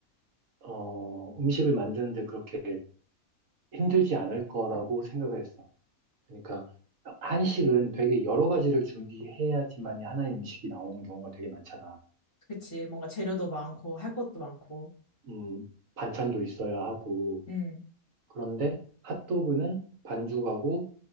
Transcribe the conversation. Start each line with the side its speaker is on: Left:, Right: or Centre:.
Right: 어, 음식을 만드는데 그렇게 힘들지 않을 거라고 생각을 했어. 그러니까, 한식은 되게 여러 가지를 준비해야지만이 하나의 음식이 나오는 경우가 되게 많잖아.
Left: 그치. 뭔가 재료도 많고 할 것도 많고.
Right: 음, 반찬도 있어야 하고,
Left: 응,
Right: 그런데 핫도그는 반죽하고